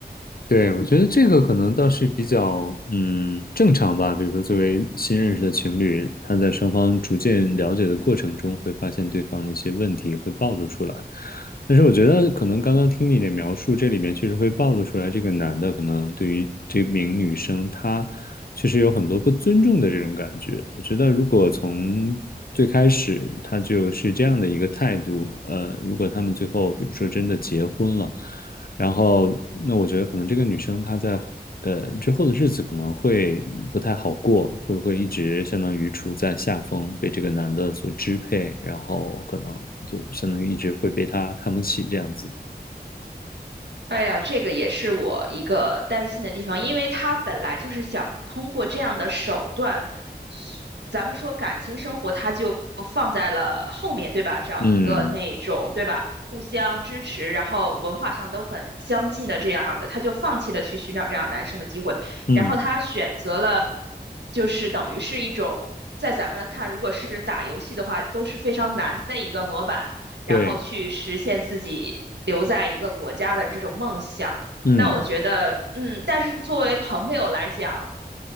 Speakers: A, on the left; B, on the right.
A: 对，我觉得这个可能倒是比较嗯正常吧。比如说，作为新认识的情侣，他在双方逐渐了解的过程中，会发现对方的一些问题会暴露出来。但是我觉得，可能刚刚听你的描述，这里面确实会暴露出来，这个男的可能对于这名女生，他确实有很多不尊重的这种感觉。我觉得，如果从最开始他就是这样的一个态度，呃，如果他们最后比如说真的结婚了。然后，那我觉得可能这个女生她在呃之后的日子可能会不太好过，会不会一直相当于处在下风，被这个男的所支配，然后可能就相当于一直会被他看不起这样子。
B: 哎呀，这个也是我一个担心的地方，因为他本来就是想通过这样的手段，咱们说感情生活，他就放在了后面，对吧？找一个那种，
A: 嗯
B: 对吧？互相支持，然后文化上都很相近的这样的，他就放弃了去寻找这样男生的机会，
A: 嗯，
B: 然后他选择了，就是等于是一种在咱们看，如果是打游戏的话，都是非常难的一个模板。然后去实现自己留在一个国家的这种梦想。
A: 对，嗯
B: 那我觉得，嗯，但是作为朋友来讲，